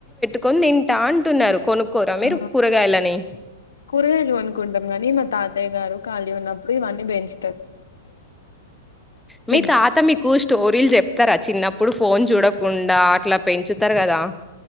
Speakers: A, in the centre; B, on the left.
A: కొ తింటా అంటున్నారు కొనుక్కోర మీరు
B: ఆ
A: కూరగాయలని
B: కూరగాయలు కొనుక్కుంటాం గాని మా తాతయ్య గారు ఖాళీ ఉన్నప్పుడు ఇవన్నీ పెంచ్
A: మీ
B: తింటాం
A: తాత మీకు స్టోరీలు చెప్తారా చిన్నప్ ఇప్పుడు ఫోన్ చూడకుండా అట్లా పెంచుతారు కదా